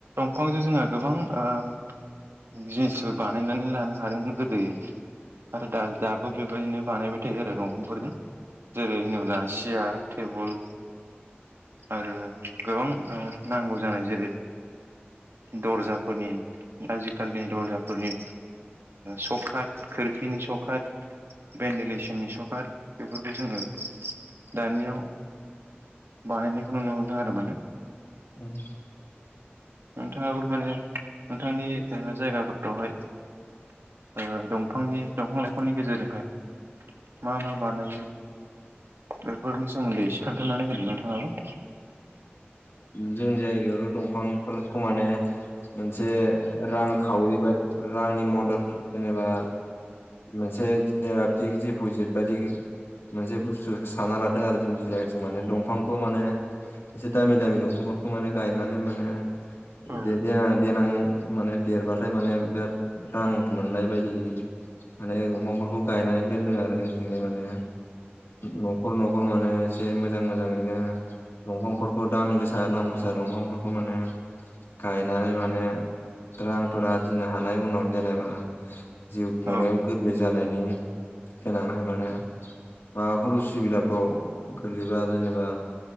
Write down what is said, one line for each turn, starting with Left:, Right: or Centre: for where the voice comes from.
Right: बिफांजों जोङो गोबां ओ जिनिसफोर बानायनानै लानो हादोंमोन गोदो आरो दा दाबो बेबायदिनो बानायबाय थायो आरो दंफां फोरखौ जेरै होनोब्ला सियार टेबोल आरो गोबां ओ नांगौ जानाय जेरै दरजा आजिखालिनि दरजाफोरनि सकात खोरखिनि सकात भेन्टिलेसननि सकात जोङो दानियाव बानायनायखौ नुनो मोनदों आरो माने
Left: उम
Right: नोंथांङाबो माने नोंथांनि जायगाफोरावहाय दंफांनि दंफां लाइफांनि गेजेरजोंहाय मा मा बानायो बेफोरनि सोमोनदै खोन्थानानै होदों नोंथांङाबो
Left: जोंनि जायगायावथ' दंफांफोरखौ माने मोनसे रां खावरिबाय रांनि मद द जेनेबा मोनसे जेनेबा फिक्स दिपजिट बायदि मोनसे बुस्थु सानना लादों आरो जों जाय माने दंफांखौ माने एसे दामि दामि दंफांफोरखौ माने गायनानै माने <inaudible>
Right: औ
Left: देनां माने देरबाथाय माने बिराद रां मोननाय बायदि माने दंफांफोरखौ गायनानै दोनदों आरो जोंनिथिंजाय माने न'खर न'खर माने एसे मोजां मोजाङैनो दंफां फोरखौ दाम गोसा दाम गोसा दंफांफोरखौ माने गायनानै माने रांफोर आरजिनो हानाय उनाव जेनेबा जिउ खुंनायाव
Right: औ
Left: गोरलै जानायनि गेनांहाय माने माबाफोर उसुबिदाफ्राव गोग्लैबा जेनेबा